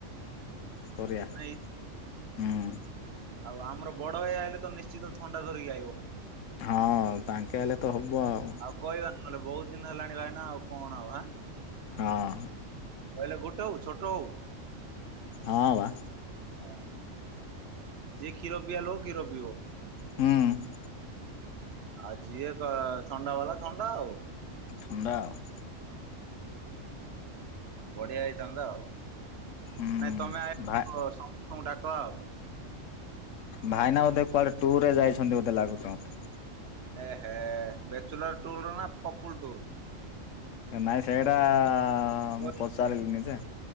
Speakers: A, on the left (about 75°); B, on the right (about 60°).
A: କରିଆ ହୁଁ।
B: ନାଇଁ ଆଉ ଆମର ବଡ ଭାଇ ହେଇଲେତ ନିଶ୍ଚିତ ଥଣ୍ଡା ଧରିକି ଆଇବ।
A: ହଁ ତାଙ୍କେ ହେଲେ ତ ହବ ଆଉ।
B: ଆଉ କହିବା ନ କହିଲେ ବହୁତୁ ଦିନ ହେଲାଣି ଭାଇନା ଆଉ କଣ ଆଉଁ ଆଁ।
A: ହଁ।
B: କହିଲେ ଗୋଟେ ହଉ ଛୋଟ ହଉ।
A: ହଁ ବା।
B: ହଁ ଯେ ଖିର ପିଇବା ଲୋକ ଖିର ପିଇବ।
A: ହୁଁ।
B: ଆଉ ଯିଏ ଥ ଥଣ୍ଡା ବାଲା ଥଣ୍ଡା ଆଉ।
A: ଥଣ୍ଡା ଆଉ।
B: ବଢିଆ ହେଇଥାନ୍ତା ଆଉ
A: ହୁଁ
B: ନାଇଁ ତମେ ଆ
A: ଭାଇ
B: ସମସ୍ତଙ୍କୁ ଡାକ ଆଉ।
A: ଭାଇନା ବୋଧେ କୁଆଡେ ଟୁର ରେ ଯାଇଛନ୍ତି ବୋଧେ ଲାଗୁଚି ମତେ।
B: ଏ ଏ ବ୍ୟାଚୁଲୁର ଟୁର ନା ଫକୁଲୁ ଟୁୁରୁ।
A: ନାଇଁ ସେଇଟା
B: ହଁ
A: ମୁଁ ପଚାରିଣିଯେ